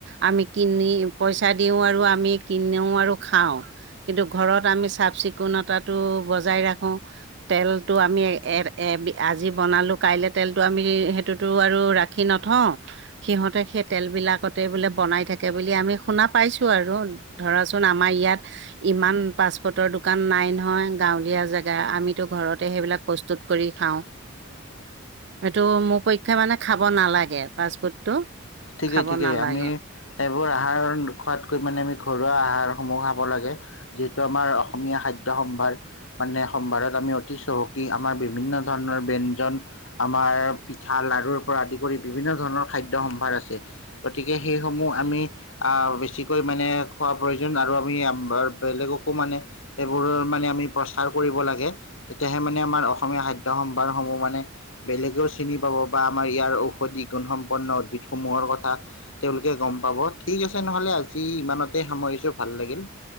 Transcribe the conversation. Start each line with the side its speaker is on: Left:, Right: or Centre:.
Right: আমি কিনি পইচা দিও আৰু আমি কিনো আৰু খাওঁ। কিন্তু ঘৰত আমি চাফ চিকুণতাটো বজাই ৰাখো। তেলটো আমি এ এ আজি বনালো কাইলে তেলটো আমি সেইটোতো আৰু ৰা নথওঁ, সিহঁতে সেই তেল বিলাকত তে বোলে বনাই থাকে বুলি আমি শুনা পাইছো আৰু, ধৰাচোন আমাৰ ইয়াত ইমান ফাৰ্ষ্টফুডৰ দোকান নাই নহয়, গাঁৱলীয়া জেগা, আমিতো ঘৰতে সেইবিলাক প্ৰস্তুত কৰি খাওঁ।
Left: উ <inaudible>
Right: এইটো মোৰ পক্ষে মানে খাব নালাগে ফাষ্টফুডটো।
Left: ঠিকেই
Right: খাব
Left: ঠিকেই
Right: নালাগে
Left: আমি সেইবোৰ আহাৰ খোৱাতকৈ মানে আমি ঘৰুৱা আহাৰসমূহ খাব লাগে। যিহেতু আমাৰ অসমীয়া খাদ্য সম্ভাৰ মানে সম্ভাৰত আমি অতি চহকী, আমাৰ বিভিন্ন ধৰণৰ ব্যঞ্জন আমাৰ পিঠা লাৰুৰ পৰা আদি কৰি বিভিন্ন ধৰণৰ খাদ্য সম্ভাৰ আছে। গতিকে সেইসমূহ আমি বেছিকৈ মানে খোৱাৰ প্ৰয়োজন আৰু আমি বেলেগকো মানে এইবোৰৰ মানে আমি প্ৰচাৰ কৰিব লাগে। তেতিয়াহে মানে আমাৰ অসমীয়া খাদ্য সম্ভাৰসমূহ মানে, বেলেগেও চিনি পাব বা আমাৰ ইয়াৰ ঔষধি গুণসম্পন্ন উদ্ভিদ সমূহৰ কথা। তেওঁলোকে গম পাব ঠিক আছে নহলে আজি ইমানতে সামৰিছো ভাল লাগিল।